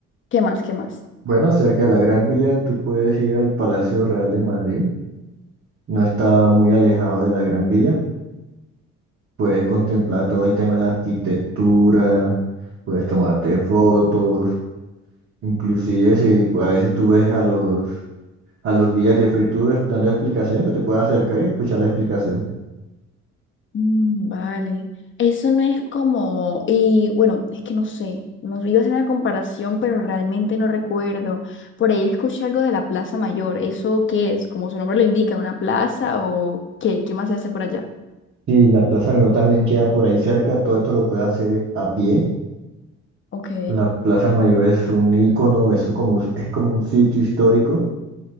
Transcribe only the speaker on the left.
¿Qué más? ¿Qué más?
Ujú.
Mm, vale. Eso no es como, y bueno, es que no sé, no, iba a hacer una comparación, pero realmente no recuerdo. Por ahí escuché algo de la Plaza Mayor. ¿Eso qué es? Como su nombre lo indica, ¿una plaza o qué? ¿Qué más se hace por allá?
Ok,